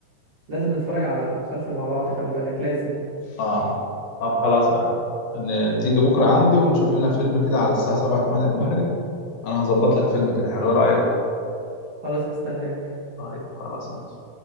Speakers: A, on the right; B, on the left.
A: لازم نتفرج على مسلسل مع بعض خلي بالك لازم
B: اه طب خلاص بقى ان تيجي بكره عندي ونشوف لنا فيلم كده على الساعه 7 8 المغرب انا هظبط لك فيلم كده حلو ايه رايك
A: خلاص هستناك
B: طيب خلاص ماشي